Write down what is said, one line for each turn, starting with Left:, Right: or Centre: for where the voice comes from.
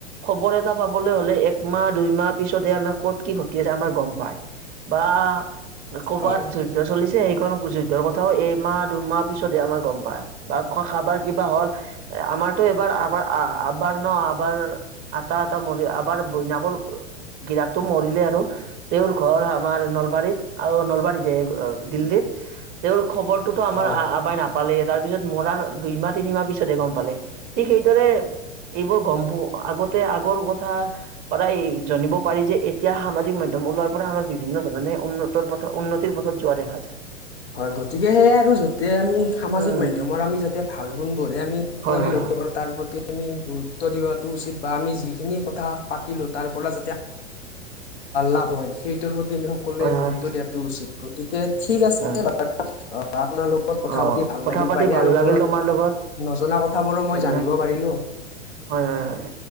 Right: খবৰ এটা পাবলৈ হ'লে একমাহ দুইমাহ পিছতে আমাক ক'ত কি ঘটি আছে আমাৰ গম পায়, বা কবাত
Left: হয়
Right: যদ্ধ চলি সেইখন যুদ্ধৰ কথাও এইমাহ দুমাহ পিছতে আমাৰ গম পায়, বা কবৰ কিবা হ'ল আমাৰটো এবাৰ আমাৰ আবাৰ ন' আবাৰ আটা আটা মৰি আবাৰ বৈনাকৰ গিৰাকটো মৰিলে আৰু। তেওঁৰ ঘৰ আমাৰ নলবাৰীত। আৰু নলবাৰীতে দিল্লীত, তেওঁৰ খবৰটোতো আমাৰ
Left: হয়
Right: আবাই নাপ গম পালে, তাৰ পিছত মৰাৰ দুইমাহ তিনিমাহ পিছতেহ গম পালে। ঠিক সেইদৰে এইবোৰ গম পু আগতে আগৰ কথা পাৰায় জানিব পাৰি যে এতিয়া সামাজিক মাধ্যম ওলোৱাৰ পৰা আমাৰ বিভিন্ন ধৰণে উন্নতৰ পথ উন্নতিৰ পথত যোৱা দেখা যায়।
Left: হয়। গতিকে সেয়াই আৰু য'তে আমি সামাজিক
Right: উম
Left: মাধ্যমৰ আমি যাতে ভাল গুণবোৰে আমি
Right: হয়
Left: কোৱালি
Right: হয়
Left: তাৰ প্ৰতি আমি গুৰুত্ব দিয়টো উচিত বা আমি যিখিনি কথা পাতিলোঁ তাৰ পৰা যাতে লাভ হয়, সেইটোৰ প্ৰতি দিন সকলোৱলে
Right: হয়
Left: গুৰুত্ব
Right: হয়
Left: দিয়াটো উচিত গতিকে ঠিক আছে
Right: হয়
Left: অ' আপোনাৰ লগত কথা
Right: উম অ
Left: পাতি ভাল
Right: কথা
Left: লাগিল
Right: পাতি
Left: বা ইয়াৰ
Right: ভাল
Left: ওপৰত
Right: লাগিল তোমাৰ লগত
Left: নজনা কথাবোৰো মই
Right: ধন্য
Left: জানিব পাৰিলোঁ।
Right: হয় হয় হয়।